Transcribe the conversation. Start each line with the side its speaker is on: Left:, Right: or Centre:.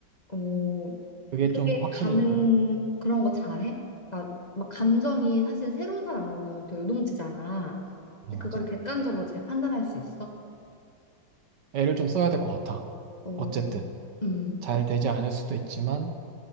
Left: 어.
Right: 그게 좀
Left: 그게
Right: 확신이
Left: 가는
Right: 좀,
Left: 그런 거 잘해? 그러니까 막 감정이 사실 새로운 사람 만나면 더 요동치잖아.
Right: 네,
Left: 근데
Right: 맞아.
Left: 그걸 객관적으로 잘 판단할 수 있어?
Right: 애를 좀 써야 될 것 같아.
Left: 어,
Right: 어쨌든.
Left: 음,
Right: 잘 되지 않을 수도 있지만,